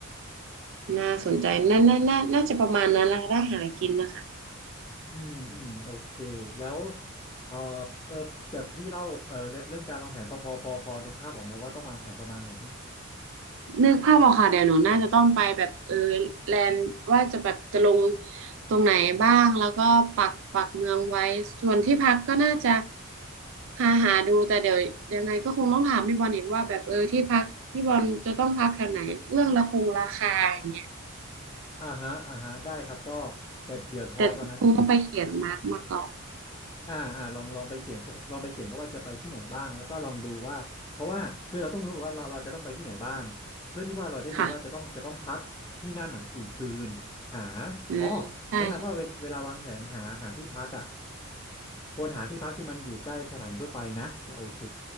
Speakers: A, on the right; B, on the left.
A: น่าสนใจน่าน่าน่าน่าจะประมาณนั้นละถ้าหากินนะคะ
B: อืมอืมโอเคแล้วเออเออแบบพี่เล่าเออเรื่องการวางแผนพอพอพอพอในภาพบอกเนอะว่าต้องวางแผนประมาณไหน
A: นึกภาพออกค่ะเดี๋ยวหนูน่าจะต้องไปแบบเออแลนด์ว่าจะแบบจะลงตรงไหนบ้างแล้วก็ปักปักเมืองไว้ส่วนที่พักก็น่าจะหาหาดูแต่เดี๋ยวยังไงก็คงต้องถามพี่บอลอีกว่าแบบเออที่พักพี่บอลจะต้องพักแถวไหนเรื่องละคงราคาอย่างเงี้ย
B: อ่าฮะอ่าฮะได้ครับก็แต่เดี๋ยวทอตอนนั้น
A: แต่คงต้องไปเขียนมาร์กมาก่อน
B: อ่าอ่าลองลองไปเขียนลองไปเขียนก็ว่าจะไปที่ไหนบ้างแล้วก็ลองดูว่าเพราะว่าคือเราต้องรู้กันว่าเราเราจะต้องไปที่ไหนบ้างเพื่อที่ว่าเราจะได้รู้ว่าจะต้องจะต้องพักที่นั่นไหนกี่คืนหา
A: ค่ะอืมใช่ใช่
B: อ๋อแนะนำว่าเวเวลาวางแผนหาหาที่พักอ่ะควรหาที่พักที่มันอยู่ใกล้สถานีรถไฟนะจะโอเค